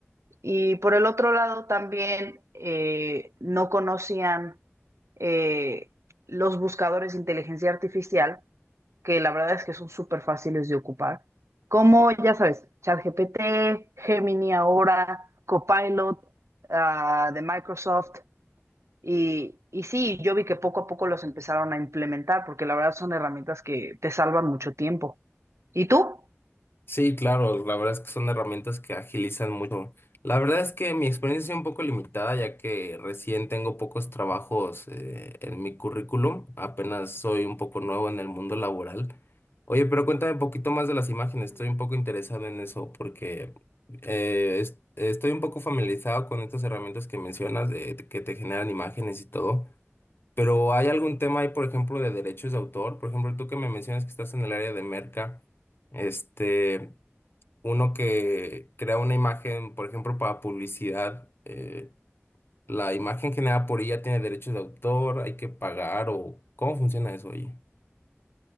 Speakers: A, on the right (about 75°); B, on the left (about 50°).
A: Y por el otro lado, también eh, no conocían eh, los buscadores de inteligencia artificial, que la verdad es que son súper fáciles de ocupar, como ya sabes, ChatGPT, Gemini ahora, Copilot ah, de Microsoft. Y, y sí, yo vi que poco a poco los empezaron a implementar, porque la verdad son herramientas que te salvan mucho tiempo. ¿Y tú?
B: Sí, claro, la verdad es que son herramientas que agilizan mucho. La verdad es que mi experiencia es un poco limitada, ya que recién tengo pocos trabajos eh, en mi currículum, apenas soy un poco nuevo en el mundo laboral. Oye, pero cuéntame un poquito más de las imágenes,
A: Ujú.
B: estoy un poco interesado en eso porque eh, es- estoy un poco familiarizado con estas herramientas que mencionas, de, que te generan imágenes y todo. Pero ¿hay algún tema ahí, por ejemplo, de derechos de autor? Por ejemplo, tú que me mencionas que estás en el área de merca. Este, uno que crea una imagen, por ejemplo, para publicidad, eh, la imagen generada por ella tiene derechos de autor, hay que pagar o ¿cómo funciona eso, oye?